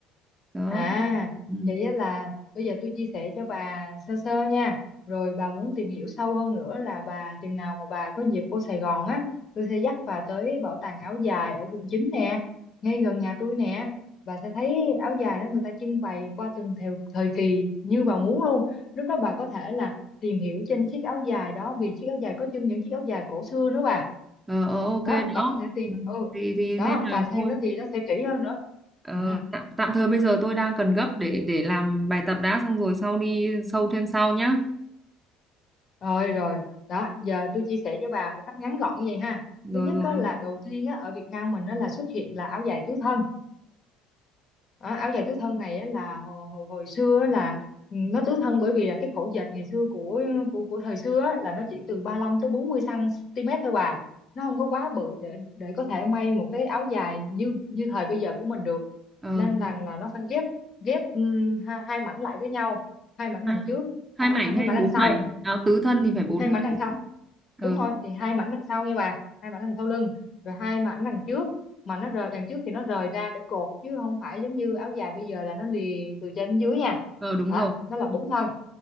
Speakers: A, on the right; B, on the left.
A: Đó.
B: À,
A: Ừ.
B: vậy á là bây giờ tôi chia sẻ cho bà sơ sơ nha. Rồi bà muốn tìm hiểu sâu hơn nữa là bà chừng nào mà bà có dịp vô Sài Gòn á, tôi sẽ dắt bà tới bảo tàng áo dài ở quận 9 nè, ngay gần nhà tôi nè. Bà sẽ thấy áo dài đó người ta trưng bày qua từng theo thời kỳ như bà muốn luôn. Lúc đó bà có thể là tìm hiểu trên chiếc áo dài đó vì chiếc áo dài có trưng những chiếc áo dài cổ xưa nữa bà.
A: Ờ, ờ, ok
B: Đó, bà
A: đó.
B: có thể tìm
A: Ừ.
B: ừ.
A: Thì thì
B: Đó,
A: nên là
B: bà xem
A: thôi
B: nó thì nó sẽ kỹ hơn nữa.
A: Ờ,
B: Ừ.
A: tạm, tạm thời bây giờ tôi đang cần gấp để để làm bài tập đã xong rồi sau đi sâu thêm sau nhá.
B: Rồi rồi, đó, giờ tôi chia sẻ cho bà một cách ngắn gọn như vậy ha.
A: Rồi
B: Thứ nhất
A: rồi.
B: á, là đầu tiên á, ở Việt Nam mình á, là xuất hiện là áo dài tứ thân. Đó, áo dài tứ thân này á, là hồi, hồi, hồi xưa á, là ừ, nó tứ thân bởi vì là cái khổ dệt ngày xưa của của, của thời xưa á, là nó chỉ từ ba lăm tới 40 cm thôi bà. Nó không có quá bự để để có thể may một cái áo dài như như thời bây giờ của mình được.
A: Ờ
B: Nên
A: đúng.
B: rằng là nó phải ghép ghép ừ, hai, hai mảnh lại với nhau, hai mảnh
A: À,
B: đằng trước,
A: hai
B: à,
A: mảnh
B: hai hai
A: hay
B: mảnh đằng
A: bốn
B: sau
A: mảnh? Áo tứ thân thì phải bốn
B: hai mảnh
A: mảnh.
B: đằng sau
A: Ờ
B: đúng rồi thì hai mảnh đằng sau nha bà hai mảnh đằng sau lưng rồi hai mảnh đằng trước mà nó rời đằng trước thì nó rời ra để cột chứ không phải giống như áo dài bây giờ là nó liền từ trên đến dưới nha
A: ờ đúng
B: đó
A: rồi.
B: nó là bốn thân